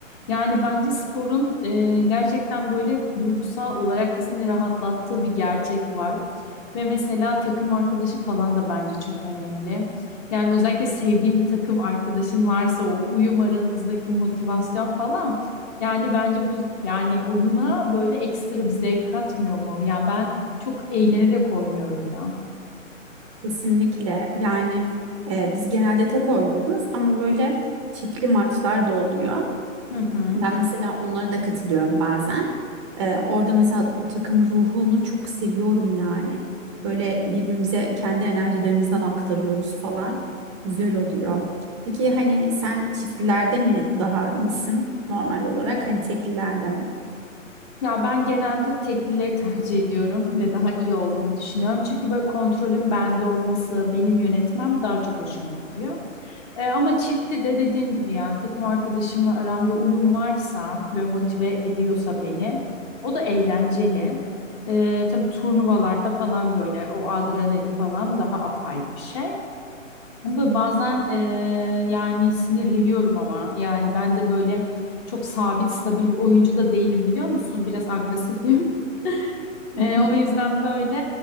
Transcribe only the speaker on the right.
Kesinlikle yani e, biz genelde tek oynuyoruz ama böyle çiftli maçlar da oluyor.
Ben mesela onlara da katılıyorum bazen. Ee, orada mesela o takım ruhunu çok seviyorum yani. Böyle birbirimize kendi enerjilerimizden aktarıyoruz falan. Güzel oluyor. Peki hani sen çiftlilerde mi daha iyisin normal olarak? Hani teklilerde mi?
<laughs>